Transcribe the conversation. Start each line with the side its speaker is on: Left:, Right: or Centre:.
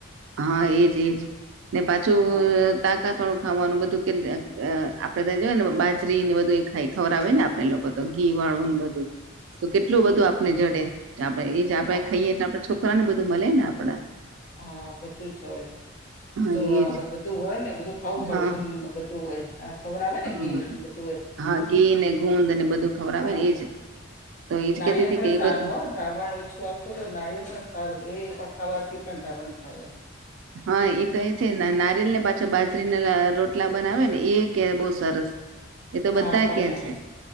Right: હા એજ એજ ને પાછું
Left: હા
Right: તાકા વાળું ખાવાનું બધું કે અ અ આપડે તં જોય ને બાજરી ને બધું એ ખાઈ ખવરાવે ને આપ એ લોકો તો ઘી વાળવું ને બધું. તો કેટલું બધું આપને જડે આપડે એ જ આપે
Left: હા
Right: ખાઈએ તો આપડે છોકરા ને બધું મળે ને આપડા
Left: હા. બધું જ હોય
Right: હા
Left: સુવા
Right: એજ
Left: હોય બધું હોય ને બધું ખાવું પડે
Right: હા
Left: ગુંદ ને બધું હોય. હ ખવરાવે ને
Right: હા
Left: ઘી બધું એ
Right: હા ઘી ને ગુંદ ને બધું ખવરાવે
Left: હા.
Right: ને એજ તો એજ
Left: નાળિળ
Right: કેતી હતી
Left: પણ
Right: કે એ
Left: સારું
Right: બધું
Left: હો. ધાવણ ઓછું આવતું તો નારિયળ પણ સારું એ પણ ખાવાથી પણ ઘાવણ થાય.
Right: હા એ તો એ છે નારિેયેલ ને પાછા બાજરીના રોટલા બનાવે ને એ કે બહ સરસ એ તો બધા
Left: હા બાજરી
Right: કે છે.